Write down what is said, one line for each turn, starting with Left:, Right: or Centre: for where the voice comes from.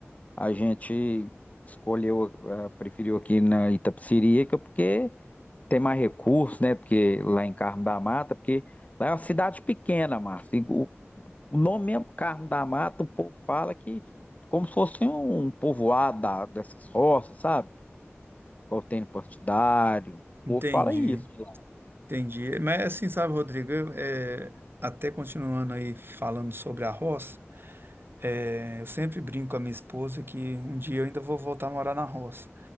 Left: A gente escolheu, eh, preferiu aqui na Itapecerica, porque tem mais recursos, né? Porque lá em Carmo da Mata, porque lá é uma cidade pequena, Márcio. E O o nome mesmo, Carmo da Mata, o povo fala que é como se fosse um povoado da- dessas roças, sabe? Igual tem no Partidário. O
Right: entendi.
Left: povo fala isso de lá.
Right: Entendi. Mas assim, sabe, Rodrigo, eu, eh, até continuando aí falando sobre a roça, eh, eu sempre brinco com a minha esposa que um dia eu ainda vou voltar a morar na roça.